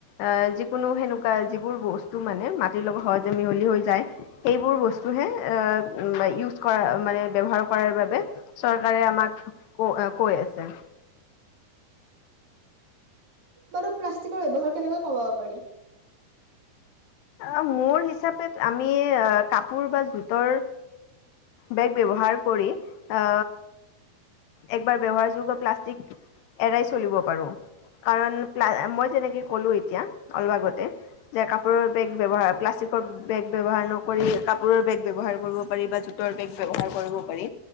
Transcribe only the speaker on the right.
বাৰু প্লাষ্টিকৰ ব্যৱহাৰ কেনেকৈ কমাব পাৰি?